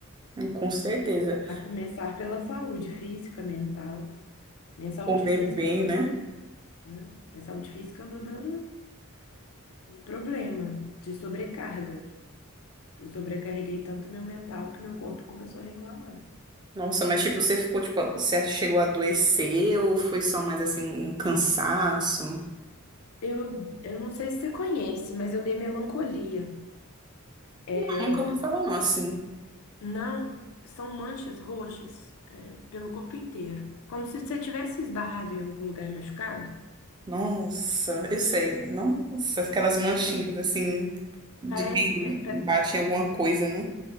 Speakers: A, on the right (about 20°); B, on the left (about 75°).
A: E Com certeza.
B: A começar pela saúde física, mental. Minha saúde
A: Comer
B: física
A: bem,
B: eu não tô
A: né?
B: dando né? Minha saúde física andou dando um problema de sobrecarga. Eu sobrecarreguei tanto meu mental que meu corpo começou a reclamar.
A: Nossa, mas tipo, você ficou, tipo, você chegou a adoecer ou foi só mais assim um cansaço?
B: Eu, eu não sei se você conhece, mas eu dei melancolia. É,
A: Ah, Nunca ouvi falar, não, assim.
B: não, são manchas roxas, é, pelo corpo inteiro. Como se você tivesse esbarrado em algum lugar machucado.
A: Nossa, eu sei. Nossa, aquelas manchinhas
B: É,
A: assim de
B: Parece,
A: que
B: é,
A: bate
B: pa-
A: em alguma coisa, né?